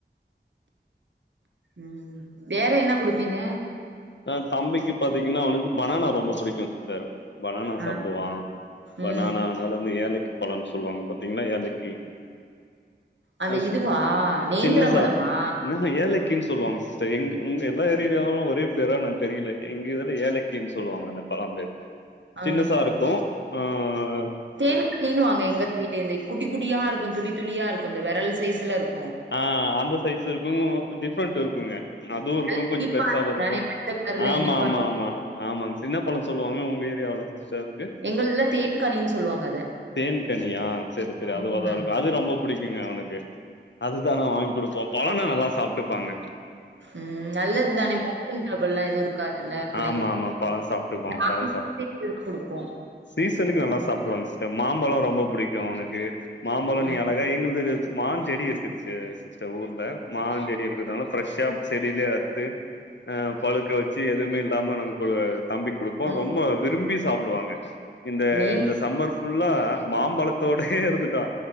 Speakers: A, on the right (about 80°); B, on the left (about 75°).
A: ம் வேற என்ன குடுப்பீங்க
B: ஆ தம்பிக்கு பாத்தீங்கனா அவனுக்கு பனானா ரொம்ப புடிக்கு சிஸ்டர் பனானா
A: ஆ
B: சாப்டுவா பனானானால
A: ம்
B: வந்து ஏலக்கி பழம்னு சொல்லுவாங்க பாத்தீங்கள ஏலக்கி
A: அந்த
B: அ
A: இதுவா நேந்திரம்
B: சின்ன சார்
A: பழமா
B: என்னமா ஏலக் கினு சொல்லுவாங்க சிஸ்டர் எங் உங்க எல்லா ஏரியாலயு ஒரே பேரா நா தெரியல எங்க இதுல ஏலக்கினு சொல்லுவாங்க அந்த பழம் பேரு
A: ஆ
B: சின்னசா இருக்கு ஆ ஆ ஹ
A: தேன் கிண்ணின்னு வாங்க எங்க வீட்டேருந்தே குட்டி குட்டியா இருக்கு துளி துளியா இருக்கு இந்த விரல் சைஸ்ல இருக்
B: ஆ அந்த சைஸ் இருக்கு டிஃப்ரெண்ட்டு இருக்குங்க அதுவு இருக்கு
A: நல்ல
B: கொஞ்சோ
A: இனிப்பா
B: பெருசாவு
A: இருக்கும்
B: இருக்கு
A: தானே மஞ்ச கலர்ல
B: ஆமா
A: இனிப்பா
B: ஆமா ஆமா ஆமாங்க சின்னப்பழோ சொல்லுவாங்க உங்க ஏரியாவ்வுல சிஸ்டர் எ
A: எங்கள்துல தேன்கனின்னு சொல்லுவாங்க அத.
B: தேன்கனியா சேரி சேரி
A: ம்.
B: அது அது அதா இருக்கு அது ரொம்ப புடிக்குங்க அவனுக்கு அதுதா நா வாங்கி குடுப்போ பழோனா நல்லா சாப்டுப்பாங்க
A: ம் நல்லது தானே மோசன் ட்புள்ல்லா எதுவு இருக்காதுல்ல பிள்ளைங்களுக்கு
B: ஆமா, ஆமா. பழம் சாப்ட்டுப்பான்.
A: ஆ
B: பழம்
A: னு
B: சாப்
A: டிக் இதுக்கு குடுப்போ
B: சீசனுக்கு நல்லா சாப்டுவாங்க மாம்பழ ரொம்ப பிடிக்கு அவனுக்கு மாம்பழ
A: ம்
B: நீ அழகா எங்களுது மாஞ்செடி இரு ந்துச்சி சிஸ்டர் ஊர்ல மாஞ்செடி இருக்கறதால ப்ரெஷ்ஷா செடியிலயே அறுத்து ஆ பழுக்க வச்சி எதுவுமே இல்லாம நாங் க தம்பிக்கு குடுப்போ
A: ம்
B: ரொம்ப விரும்பி சாப்டுவாங்க இந்த
A: நீங்க
B: இந்த சம்மர் ஃபுல்லா மாம்பழத்தோடயே இருந்துட்டா